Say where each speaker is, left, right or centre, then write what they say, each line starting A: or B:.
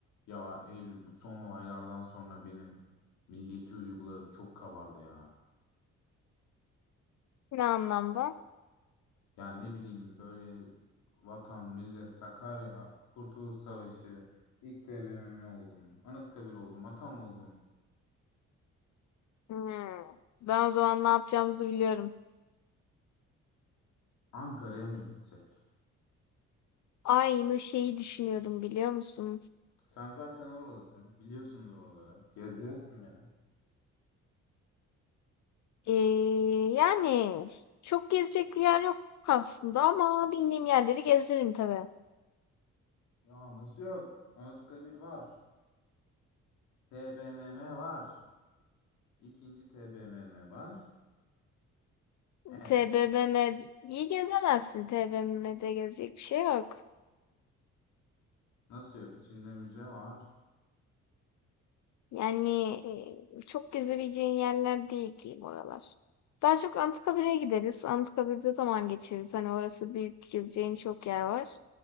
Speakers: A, on the left; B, on the left.
A: Ya Eylül bu son olaylardan sonra benim milliyetçi duygularım çok kabardı ya.
B: Ne anlamda?
A: Ya ne bileyim böyle vatan, millet, Sakarya, Kurtuluş Savaşı, ilk TBMM oldum, Anıtkabir oldum, Atam oldum.
B: Hmm. Ben o zaman ne yapacağımızı biliyorum.
A: Ankara'ya mı gitsek?
B: Aynı şeyi düşünüyordum biliyor musun?
A: Sen zaten oralısın, biliyorsundur oraları. Gezdirirsin beni.
B: Ee, yani çok gezecek bir yer yok aslında ama bildiğim yerleri gezerim tabii.
A: Ya nasıl yok? Anıtkabir var, TBMM var, ikinci TBMM var. Evet,
B: TBMM'yi gezemezsin. TBMM'de gezecek bir şey yok.
A: nasıl yok? İçinde müze var.
B: Yani e, çok gezebileceğin yerler değil diyeyim oralar. Daha çok Anıtkabir'e gideriz. Anıtkabir'de zaman geçiririz. Hani orası büyük gezeceğin çok yer var.